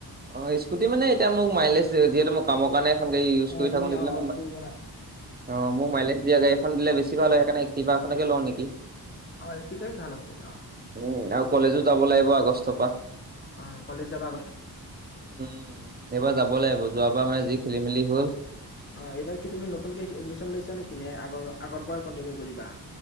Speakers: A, on the right (about 25°); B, on the left (about 30°).
A: অ স্কুটি মানে এতিয়া মোক মাইলেজ যিহেতু মই কামৰ কাৰণে খন গড়ী ইউছ
B: অ',
A: কৰি
B: তুমি
A: থাকো <unintelligible>
B: অ', এইটো মানে
A: অ মোক মাইলেচ দিয়া গড়ী দিলে বেছি হয় সেইকাৰণে কিবাখননেকে লওঁ নেকি।
B: অ একটাই ভাল আছে আহ।
A: উ আৰু কলেজো যাব লাগিব আগষ্টৰ পৰা।
B: অ কালেজ যাব আ
A: উম এইবাৰ যাব লাগিব যোৱাৰ পৰা মানে যি খেলি মেলি হ'ল।
B: অ এইবাৰ কি তুমি নতুনকে এডমিশন লৈছা নেকি নে আগ আগৰ পৰাই কণ্টিনিউ কৰিবা।